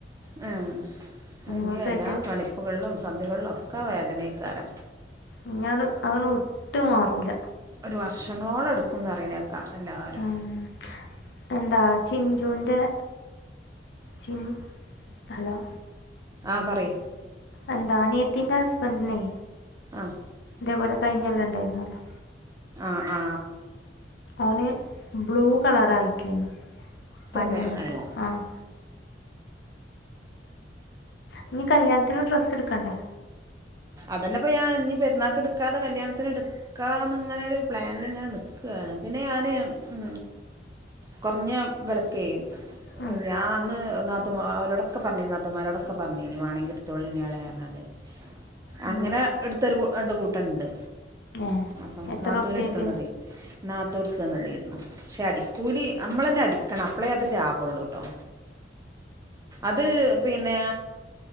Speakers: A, on the right; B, on the left.
A: ഹെ അയ് ഞ്ഞില്ലാ
B: ദിവസമായിട്ട്
A: കളിപ്പുകളിലും സന്ധികളിലും ഒക്കെ വേദനയ്ക്കാരം
B: ഇഞ്ഞാണ് അതൊന്നും വിട്ട് മാറൂല്ല
A: ഒരു വർഷങ്ങളോളം എടുക്കുംന്ന് പറിണേക്ക എല്ലാരും
B: ഉം എന്താ ചിഞ്ചുന്റെറെ ചിൻ ഹലോ
A: ആഹ് പറി
B: എന്താ അനിയത്തിന്റെ ഹസ്ബൻഡിനെ
A: അഹ്
B: ഇതേപോലെ കിഴിഞ്ഞൊല്ലം ഉണ്ടായിരന്നല്ലോ
A: ആഹ് ആഹ്
B: ഓന് ബ്ലൂ കളർ ആയിക്യുന്നു പനി
A: തന്നെ
B: വന്നിട്ട്
A: അതിനോ
B: ആഹ് ഇനി കല്യാണത്തിന് ഡ്രസ്സ് എടുക്കണ്ടേ
A: അതന്നെപ്പോ ഞാൻ ഇനി പരുന്നാൾക്ക് എടുക്കാതെ കല്യാണത്തിന് എടു ക്കാന്ന ഇങ്ങനെരു പ്ലാനിൽ ഇങ്ങനെ നി ക്കുവാണ് പിന്നെ ഞാന് ഉ കുറഞ്ഞ വിലക്കെ
B: ഉം,
A: ഞാ അന്ന് നാത്തൂൻമാ ഓലോടൊക്കെ പറഞ്ഞ് നാത്തുമാരോടൊക്കെ പറഞ്ഞ് ഇനി വേണോങ്കിൽ എടുത്തോളിൻ ഇനി എളേ ഒരെണ്ണം ഒണ്ട്
B: ഉം.
A: അങ്ങനെ എടുത്തൊരു രണ്ട് കൂട്ടം ഇണ്ട്
B: ഏ
A: അപ്പം
B: എത്ര
A: നാത്തൂൻ
B: ഉറുപ്പ്യക്ക്
A: എടുത്ത് തന്നതെ നാത്തൂൻ എടുത്ത് തന്നതായിരുന്നു പക്ഷെ അടിക്കൂലി നമ്മളന്നെ അടിക്കണം അപ്പളേ അത് ലാഭുള്ളൂ ട്ടോ അത് പിന്നെ